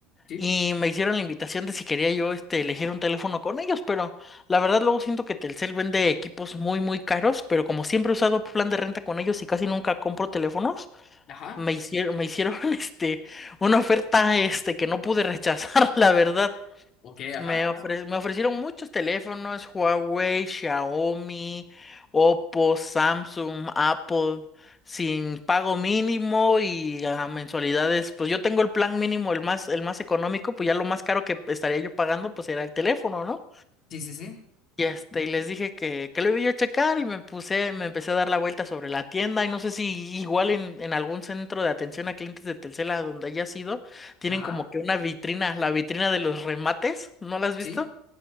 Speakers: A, on the left (about 50°); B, on the left (about 20°).
A: sí,
B: y me hicieron la invitación de si quería yo este, elegir un teléfono con ellos, pero la verdad luego siento que Telcel vende equipos muy, muy caros, pero como siempre he usado plan de renta con ellos y casi nunca compro teléfonos.
A: ajá,
B: Me hicieron, me hicieron <laughs> este, una oferta este, que no pude rechazar, <laughs> la verdad.
A: ok, ajá,
B: Me
A: ajá.
B: ofre- me ofrecieron muchos teléfonos, Huawei, Xiaomi, Oppo, Samsung, Apple, sin pago mínimo y a mensualidades. Pues yo tengo el plan mínimo, el más, el más económico, pues ya lo más caro que estaría yo pagando, pues era el teléfono, ¿no?
A: Sí, sí, sí,
B: Y este, y les dije que, que lo iba yo a checar y me puse, me empecé a dar la vuelta sobre la tienda y no sé si igual en, en algún centro de atención a clientes de Telcel a donde haya sido, tienen
A: ajá,
B: como que una vitrina, la vitrina de los remates, ¿no la has visto?
A: sí,